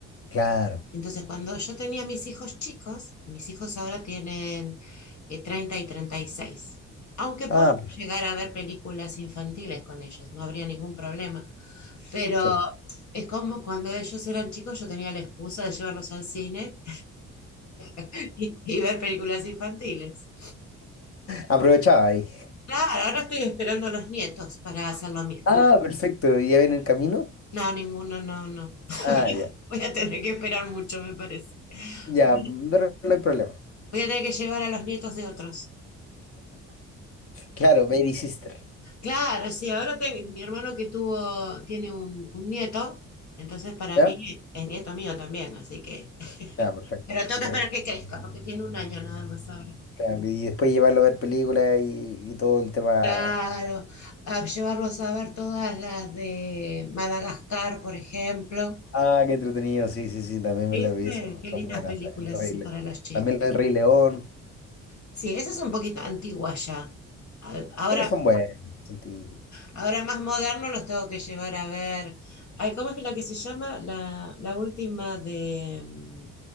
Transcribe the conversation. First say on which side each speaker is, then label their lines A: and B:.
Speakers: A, on the left; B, on the left.
A: Claro.
B: Entonces, cuando yo tenía mis hijos chicos, mis hijos ahora tienen eh, treinta y treinta y seis, Aunque puedo
A: Ah,
B: llegar a ver películas infantiles con ellos, no habría ningún problema. Pero
A: perfecto.
B: es como cuando ellos eran chicos, yo tenía la excusa de llevarlos al cine <laughs> y y ver películas infantiles.
A: Aprovechaba ahí.
B: Claro, ahora estoy esperando a los nietos para hacer lo mismo.
A: Ah, <laughs> perfecto. ¿Ya viene el camino?
B: No, ninguno, no, no.
A: Ah, ya.
B: Voy a tener que esperar mucho, me parece.
A: Ya,
B: Voy
A: pero no hay problema.
B: a tener que llevar a los nietos de otros.
A: Claro, Baby Sister.
B: Claro, sí, ahora te- mi hermano que tuvo, tiene un, un nieto, entonces para
A: ¿Ya?
B: mí es nieto mío también, así que... <laughs>
A: Ya, perfecto.
B: Pero tengo
A: Increíble.
B: que esperar que crezca porque tiene un año nada más ahora.
A: Claro, y después llevarlo a ver películas y, y todo el tema.
B: Claro, a llevarlos a ver todas las de Madagascar, por ejemplo.
A: Ah, qué entretenido. Sí, sí, sí, también
B: ¿Viste?
A: me la vi. Son,
B: Qué
A: son
B: lindas
A: buenas.
B: películas
A: El Rey
B: esas
A: Le-
B: para los chicos.
A: También el Rey León.
B: Sí, esa es un poquito antigua ya. A- Ahora,
A: Pero son buenas, son típicas.
B: ahora más moderno los tengo que llevar a ver. Ay, ¿cómo es la que se llama? La, la última de mm,